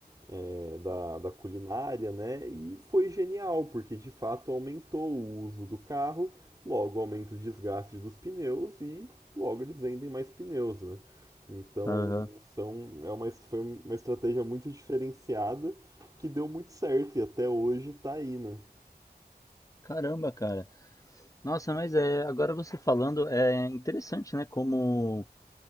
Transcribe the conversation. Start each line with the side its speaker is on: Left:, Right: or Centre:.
Right: é, da, da culinária, né? E foi genial, porque de fato aumentou o uso do carro, logo aumenta o desgaste dos pneus e logo eles vendem mais pneus, né? Então
Left: Aham.
Right: são, é uma, foi uma estratégia muito diferenciada que deu muito certo e até hoje tá aí, né?
Left: Caramba, cara. Nossa, mas é, agora você falando, é interessante, né? Como